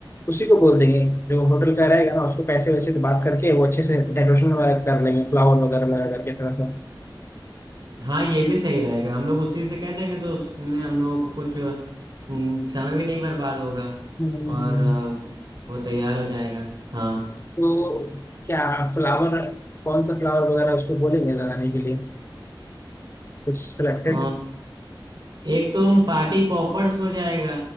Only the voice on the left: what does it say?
उसी को बोल देंगे जो होटल का रहेगा ना उसको पैसे वैसे तो बात करके वो अच्छे से डेकोरेशन वगैरह कर लेंगे फ्लावर वगैरह लगा करके थोड़ा सा
हम्म,
तो क्या फ्लावर कौन सा फ्लावर वगैरह उसको बोलेंगे लगाने के लिए कुछ सिलेक्टेड